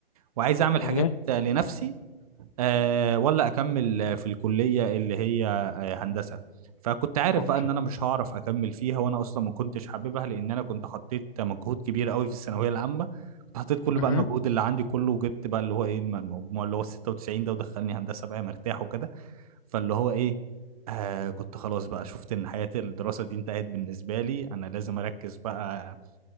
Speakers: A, on the right (about 35°); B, on the left (about 35°).
A: وعايز
B: اوكي
A: اعمل حاجات لنفسي آه، ولا اكمل في الكلية اللي هي آه، هندسة فكنت عارف
B: اوكي
A: بقى ان انا مش هعرف اكمل فيها وانا اصلا ما كنتش حاببها لان انا كنت حطيت مجهود كبير قوي في الثانوية العامة كنت حطيت كل
B: اها
A: بقى المجهود اللي عندي كله وجبت بقى اللي هو ايه الم- المجموع اللي هو 96 ده ودخلني هندسة بقى مرتاح وكده فاللي هو ايه آه كنت خلاص بقى شفت ان حياة الدراسة دي انتهت بالنسبة لي انا لازم اركز بقى